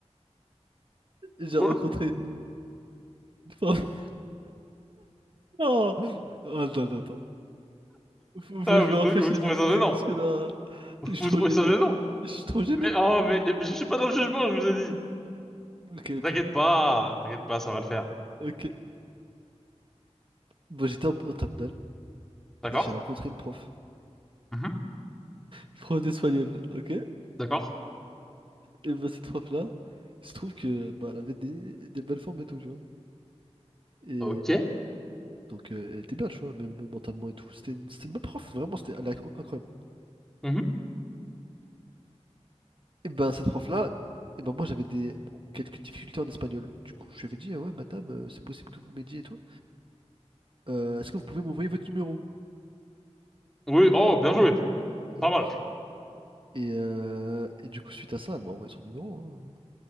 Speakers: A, on the right; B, in the centre.
A: j'ai rencontré
B: <laughs>
A: une femme. Non! Oh, Attends, attends, attends. Faut, faut
B: Ah,
A: que je
B: vous,
A: me rafraîchisse
B: trouvez vous trouvez
A: des
B: ça
A: idées
B: gênant?
A: parce que là,
B: <laughs>
A: je suis
B: Vous
A: trop
B: trouvez
A: gêné.
B: ça gênant?
A: Je suis trop gêné.
B: Mais oh, mais mais je suis pas dans le jugement, je vous ai dit.
A: Ok, ok,
B: T'inquiète pas, t'inquiète pas, ça va le faire.
A: ok. Bon, j'étais en, en terminale
B: D'accord?
A: et j'ai rencontré une prof.
B: Mhm.
A: Une prof d'espagnol, ok?
B: D'accord.
A: Et bah, cette prof-là, il se trouve que bah, elle avait des, des belles formes et tout, tu vois. Et
B: Ok.
A: donc, euh, elle était bien, tu vois, même, même mentalement et tout. C'était une, c'était une bonne prof, vraiment, c'était, elle est incro- incroyable.
B: Mhm.
A: Et ben, cette prof-là, et ben, moi, j'avais des bon, quelques difficultés en espagnol. Du coup, je lui avais dit, Ah ouais, madame, euh, c'est possible que vous m'aidiez et tout. Euh, est-ce que vous pouvez m'envoyer votre numéro?
B: Oui, oh, bien joué.
A: Et,
B: Pas
A: oui.
B: mal.
A: Et, euh, et du coup, suite à ça, elle m'a envoyé son numéro. hein.